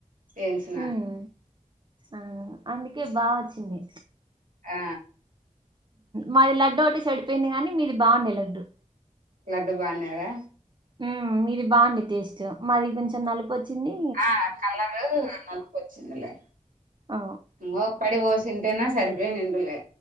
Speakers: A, on the right; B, on the right.
A: ఎయించినా
B: ఉమ్ ఆ అందుకే బాగొచ్చింది
A: ఆ
B: మాది లడ్డు ఒకటె చెడిపోయింది గాని మీది బాగుండే లడ్డు
A: లడ్డు బాగుండినాదా
B: ఉమ్ మీది బావుంది టేస్ట్ మాది కొంచెం నలుపు పొచ్చింది
A: ఆ కలరూ నలుపొచ్చిందిలే
B: అ
A: ఇంగ ఓ పడి పోశుంటేనా సరిపోయినింటంలే